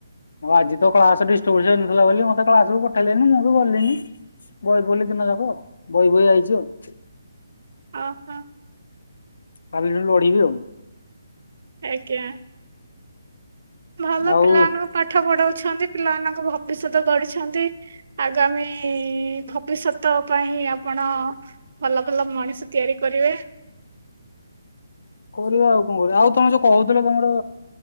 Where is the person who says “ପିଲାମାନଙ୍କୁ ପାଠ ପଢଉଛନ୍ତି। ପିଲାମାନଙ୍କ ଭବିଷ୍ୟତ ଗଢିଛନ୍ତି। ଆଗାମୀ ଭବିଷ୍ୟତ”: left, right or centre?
Right